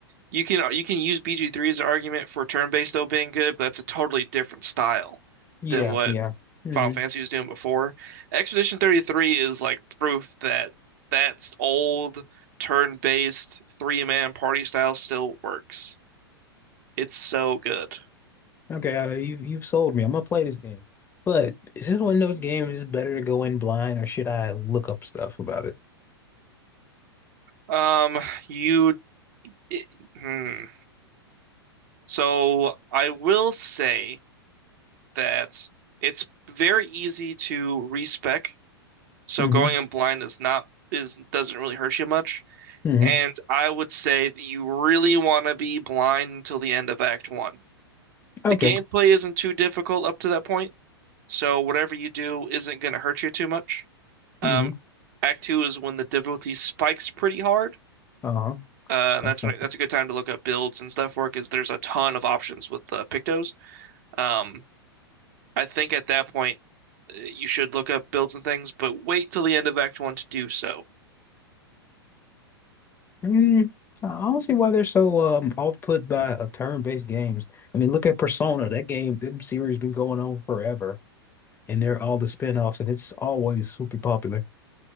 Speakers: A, on the right; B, on the left.
A: You can you can use BG3 as an argument for turn-based though being good, but that's a totally different style
B: Yeah,
A: than what
B: yeah. hmm
A: Final Fantasy was doing before. Expedition 33 is like proof that that's old turn-based three-man party style still works. It's so good.
B: Okay, uh, you you've sold me. I'm gonna play this game. But is this one of those games is better to go in blind or should I look up stuff about it?
A: Um, you it, hmm. So I will say that it's very easy to respec, so
B: hmm
A: going in blind is not is doesn't really hurt you much.
B: hmm
A: And I would say that you really want to be blind until the end of Act One.
B: Okay.
A: The gameplay isn't too difficult up to that point, so whatever you do isn't going to hurt you too much. Um,
B: hmm
A: Act Two is when the difficulty spikes pretty hard,
B: Uh-huh.
A: uh, and
B: Uh,
A: that's when that's a good time to look up builds and stuff for it because there's a ton of options with uh, Pictos. Um, I think at that point uh, you should look up builds and things, but wait till the end of Act One to do so.
B: mm, I don't see why they're so um off put by uh, turn-based games. I mean, look at Persona. That game, that series been going on forever, and they're all the spin-offs, and it's always super popular.